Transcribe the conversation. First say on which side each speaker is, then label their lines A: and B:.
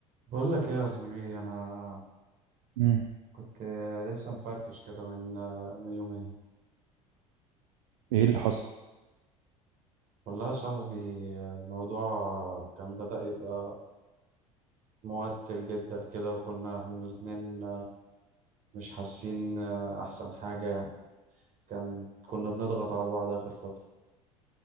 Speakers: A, on the right; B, on the right.
A: بقول لك ايه يا زميلي انا
B: مم.
A: كنت لسه مفركش كده من من يومين
B: ايه اللي حصل
A: والله يا صاحبي الموضوع كان بدأ يبقى موتر جدا كده وكنا احنا الاتنين مش حاسين احسن حاجة يعني كان كنا بنضغط على بعض اخر فترة